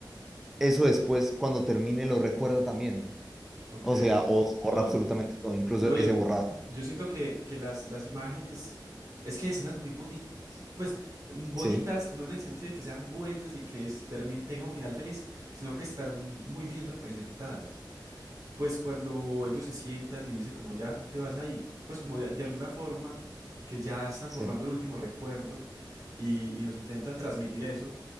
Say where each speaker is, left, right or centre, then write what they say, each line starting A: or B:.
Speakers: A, in the centre; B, on the right.
A: eso después, cuando termine, lo recuerda también.
B: Ok.
A: O sea, o
B: No,
A: borra absolutamente
B: no.
A: todo, incluso
B: No, yo,
A: ese borrado.
B: yo siento que, que las, las imágenes, es que hay escenas muy bonitas. Pues mm, bonitas,
A: Sí,
B: no en el sentido de que sean buenas y que es, termin- tenga un final feliz, sino que están muy bien representadas. Pues cuando ellos se sientan y dicen como ya te vas a ir, pues como de, de alguna forma que ya están
A: sí,
B: borrando el último recuerdo y, y nos intentan transmitir eso